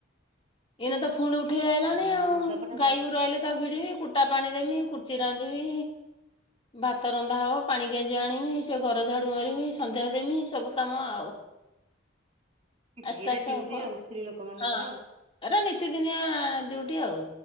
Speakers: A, on the left; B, on the right.
A: ଏଇନା ତ ପୁଣି ଉଠେ ଉଠେଇ ଆଇଲାଣି
B: ହଁ
A: ଆଉ
B: ଲୁଗାପଟା
A: ଗାଈ
B: ଯା
A: ଗୋରୁ ଆଇଲେ ତାକୁ ଭିଡିବି, କୁଟା ପାଣି ଦେମି, କୁର୍ଚି ରାନ୍ଧିବି ଭାତ ରନ୍ଧା ହବ, ପାଣି କାଞ୍ଜି ଆଣିବି, ସେ ଘର ଝାଡୁ ମାରିବି, ସନ୍ଧ୍ୟା ଦେମି। ସବୁ କାମ ଆଉ ଆସ୍ତେ
B: ଏଇଟା
A: ଆସ୍ତେ
B: ଡ୍ୟୁଟି
A: ହବ ଆଉ
B: ସ୍ତ୍ରୀ ଲୋକମାନଙ୍କର
A: ହଁ।
B: ଆଉ
A: ଏରା ନିତି ଦିନିଆ ଡିଉଟି ଆଉ।